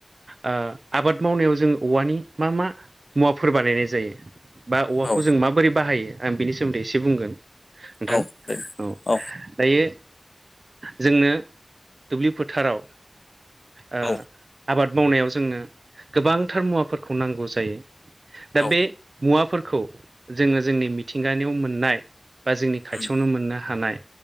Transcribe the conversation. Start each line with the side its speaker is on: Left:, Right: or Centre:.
Right: ओ आबाद मावनायाव जों औवानि मा मा मुवाफोर बानायनाय जायो बा औवाखौ
Left: औ
Right: जों माबोरै बाहायो आं बिनि सोमोन्दै एसे बुंगोन नोंथां
Left: औ थारैनो
Right: औ दायो जोंओ दुब्लि फोथाराव ओ
Left: औ
Right: आबाद मावनायाव जोंनो गोबांथार मुवाफोरखौ नांगौ जायो दा
Left: औ
Right: बे मुवाफोरखौ जोङो जोंनि मिथिंगानिआव मोननाय बा जोंनि खाथिआवनो
Left: उम
Right: मोननो हानाय